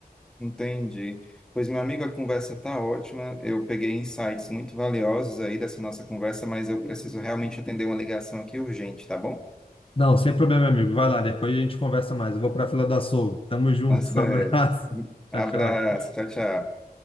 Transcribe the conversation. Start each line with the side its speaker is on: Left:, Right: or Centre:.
Centre: Entendi. Pois, meu amigo, a conversa está ótima. Eu peguei insights muito valiosos aí dessa nossa conversa, mas eu preciso realmente atender uma ligação aqui urgente, tá bom?
Left: Não, sem problema, meu amigo. Vai lá, depois a gente conversa mais. Eu vou para a fila do açougue. Tamo junto,
Centre: Tá certo.
Left: <laughs> um abraço. Tchau,
Centre: Abraço,
Left: tchau.
Centre: tchau, tchau.